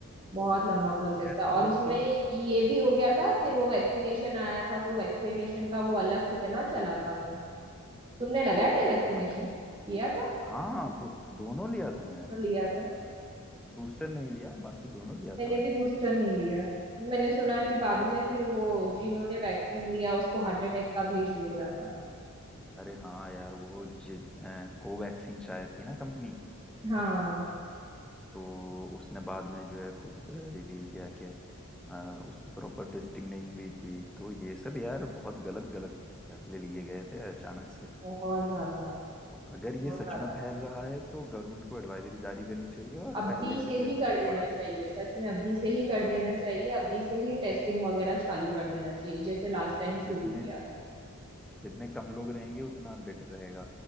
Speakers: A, on the right; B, in the centre.
A: बहुत लंबा प्रोसेस
B: खैर,
A: था
B: हम
A: और
B: लोग
A: उसमें
B: तो
A: ये भी हो गया था फिर वो वैक्सीनेशन आया था तो वैक्सीनेशन का वो अलग कितना चला था वो तुमने लगाए थे वैक्सीनेशन
B: पता
A: किया था
B: हाँ दो, दोनों लिया था मैंने
A: दोनों लिया था
B: बूस्टर नहीं लिया बाकी दोनों लिया
A: मैंने
B: था
A: भी
B: मैंने
A: बूस्टर नहीं लिया है। मैंने सुना कि बाद में फिर वो जिन्होंने वैक्सीन लिया उसको हार्ट अटैक का भी इशू हो रहा था
B: अरे हाँ यार वो जि, कोवैक्सीन शायद थी ना कंपनी
A: हाँ
B: तो उसने बाद में जो है खुद रिवील किया कि अ, उसकी प्रॉपर टेस्टिंग नहीं हुई थी तो ये सब यार बहुत गलत गलत फैसले लिए गए थे अचानक से
A: बहुत ज्यादा
B: तो अगर ये
A: बहुत
B: सच
A: ज्यादा
B: में फैल रहा है तो गवर्नमेंट को एडवाइजरी जारी करनी चाहिए और
A: अभी
B: पहले से
A: से
B: जो
A: ही
B: है मतलब
A: कर देना
B: थोड़ा
A: चाहिए सच में अभी से ही
B: अ,
A: कर देना चाहिए अभी से ही टेस्टिंग वगैरह चालू कर देना चाहिए जैसे लास्ट टाइम
B: जितने
A: शुरू किया था
B: जितने कम लोग रहेंगे उतना बेटर रहेगा